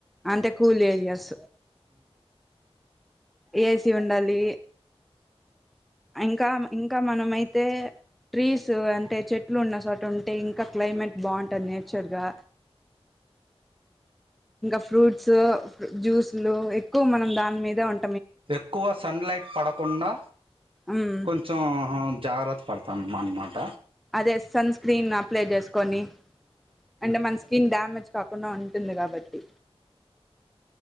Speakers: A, in the centre; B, on the right.
A: అంటే కూల్ ఏరియాస్ ఏసీ ఉండాలి ఇంకా ఇంకా మనమయితే ట్రీస్ అంటే చెట్లు ఉన్న చోట ఉంటే ఇంకా క్లైమేట్ బాగుంటుంది నేచర్గా ఇంకా ఫ్రూట్ ఫ్రూప్ట్స్ జ్యూస్లు ఎ మనం దాని మీద ఉం
B: ఎక్కువ సన్లైట్ పడకుండా
A: మ్మ్
B: కొంచెం జాగ్రత పడ్తం మనమాట
A: అదే సన్ స్క్రీన్ అప్లై చేసుకొని అంటే మన స్కిన్ డామేజ్ కాకుండా ఉంటుంది కాబట్టి